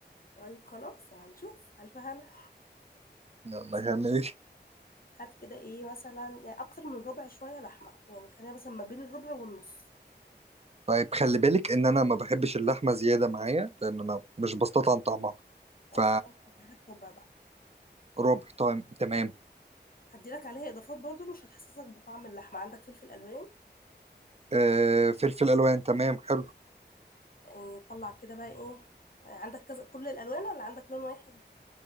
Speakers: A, on the left (about 50°); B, on the right (about 35°).
A: طيب خلاص هنشوف ألف هنا
B: يلا
A: بصي
B: هنعمل ايه
A: هات كده ايه مثلا يعني أكتر من ربع شوية لحمة يعني خلينا مثلا ما بين الربع والنص
B: طيب خلي بالك ان انا ما بحبش اللحمة زيادة معايا لان انا مش بستطعم طعمها
A: طب
B: ف
A: خلاص هات ربع بقى
B: ربع طيب تمام
A: هدي لك عليها اضافات برضو مش هتحسسك بطعم اللحمه عندك فلفل الوان
B: آه فلفل الوان تمام حلو
A: إيه طلع كده بقى ايه آه، عندك كذا كل الالوان ولا عندك لون واحد